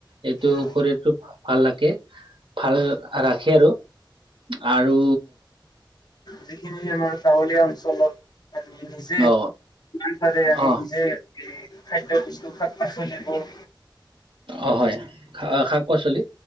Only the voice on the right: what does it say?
এইটো
শৰীৰটোক ভাল লাখে, ভাল ৰাখে আৰু। আৰু
অ
অ
অ হয়, শাক-পাচলি